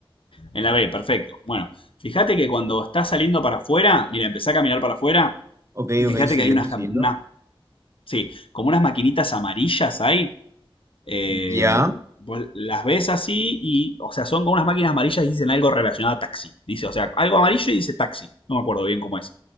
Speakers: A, on the left; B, on the right.
A: En la B, perfecto. Bueno, fíjate que cuando estás saliendo para afuera, mira, empezá a caminar para afuera
B: Ok,
A: y fíjate
B: ok, estoy
A: que hay
B: yendo,
A: unas,
B: estoy
A: cam-
B: yendo.
A: unas, sí, como unas maquinitas amarillas ahí eh,
B: Ya,
A: vos las ves así y, o sea, son como unas máquinas amarillas y dicen algo relacionado a taxi. Dice, o sea, algo amarillo y dice taxi. No me acuerdo bien cómo es.